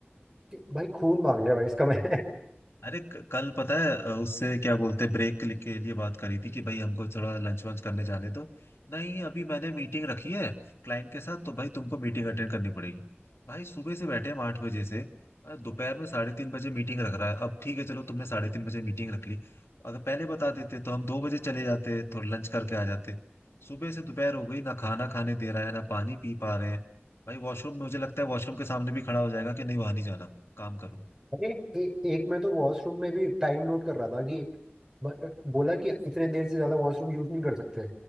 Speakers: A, on the right (about 15°); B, on the left (about 80°).
A: कि भाई खून मांग लिया भाई इसका मैं <laughs>
B: अरे क- कल पता है अ, उससे क्या बोलते हैं ब्रेक के लिए के लिए बात करी थी कि भाई हमको थोड़ा लंच वंच करने जाने दो नहीं अभी मैंने मीटिंग रखी है क्लाइंट के साथ तो भाई तुमको मीटिंग अटेंड करनी पड़ेगी भाई सुबह से बैठे हम आठ बजे से और दोपहर में साढ़े तीन बजे मीटिंग रख रहा है अब ठीक है चलो तुमने साढ़े तीन बजे मीटिंग रख ली अगर पहले बता देते तो हम दो बजे चले जाते थोड़ा लंच करके आ जाते सुबह से दोपहर हो गई ना खाना खाने दे रहा है ना पानी पी पा रहे हैं भाई वॉशरूम मुझे लगता है वॉशरूम के सामने भी खड़ा हो जाएगा कि नहीं वहां नहीं जाना काम करो
A: अरे ए, एक मैं तो वॉशरूम में भी टाइम नोट कर रहा था कि ब- बोला कि इतने देर से ज्यादा वॉशरूम यूज नहीं कर सकते